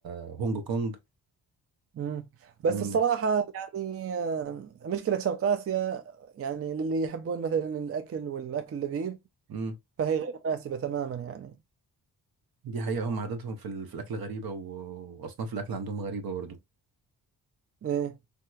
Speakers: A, on the right; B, on the right.
A: هونج كونج
B: امم بس
A: من...
B: الصراحة يعني آه، مشكلة شرق آسيا يعني للي يحبون مثلا الأكل والأكل اللذيذ
A: مم.
B: فهي غير مناسبة تماما يعني
A: دي حقيقة هم عاداتهم في, ال... في الأكل غريبة و... وأصناف الأكل عندهم غريبة برضه
B: إيه.